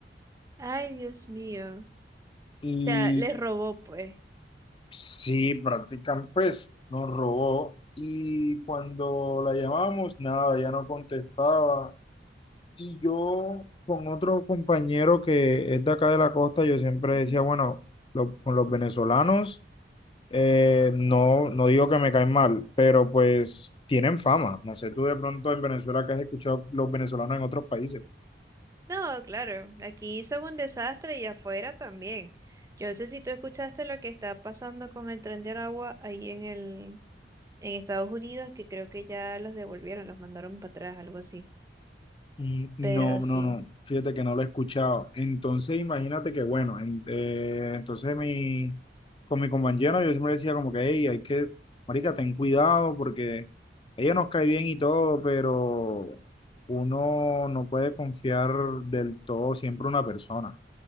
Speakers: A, on the right; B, on the left.
A: Ay, Dios mío. O
B: y
A: sea, les robó, pues.
B: Sí, practican, pues nos robó y cuando la llamamos, nada, ya no contestaba. Y yo con otro compañero que es de acá de la costa, yo siempre
A: Ujú.
B: decía, bueno, lo- con los venezolanos, eh, no, no digo que me caen mal, pero pues tienen fama. No sé tú de pronto en Venezuela que has escuchado los venezolanos en otros países.
A: No, claro. Aquí hizo un desastre y afuera también. Yo no sé si tú escuchaste lo que está pasando con el tren de Aragua ahí en el, en Estados Unidos, que creo que ya los devolvieron, los mandaron para atrás, algo así.
B: Mm, No,
A: Pero
B: no,
A: sí.
B: no, fíjate que no lo he escuchado. Entonces, imagínate que, bueno, en- eh, entonces mi, con mi compañero yo siempre decía como que, hey, hay que, marica, ten cuidado porque ella nos cae bien y todo, pero uno no puede confiar del todo siempre en una persona.